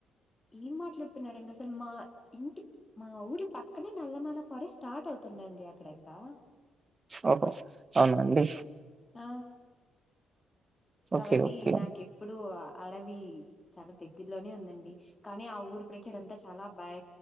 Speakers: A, on the left; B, on the right.
A: ఏం మాట్లాడుతున్నారండి అసలు మా ఇంటి మా ఊరి పక్కనే నల్లమల్ల ఫరెస్ట్ స్టార్ట్ అవుతుందండి అక్కడ ఇంకా
B: ఓహో అవునాఅండి
A: ఆ కాబట్టి
B: ఓకే ఓకే
A: నాకెప్పుడు అడవి చాలా దగ్గరలోనే ఉందండి కానీ ఆ ఊరు ప్రజలంతా చాలా భయ